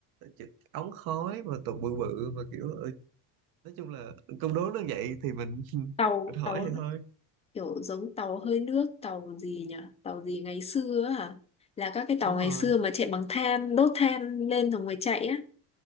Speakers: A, on the right; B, on the left.
A: chữ- ống khói mà tụ bự bự mà kiểu ừ, nói chung là câu đố nó vậy thì mình <laughs>
B: tàu
A: mình hỏi
B: tàu
A: vậy thôi
B: kiểu giống tàu hơi nước tàu gì nhỉ tàu gì ngày xưa á hả là các cái tàu
A: đúng
B: ngày
A: rồi
B: xưa mà chạy bằng than đốt than lên rồi mới chạy á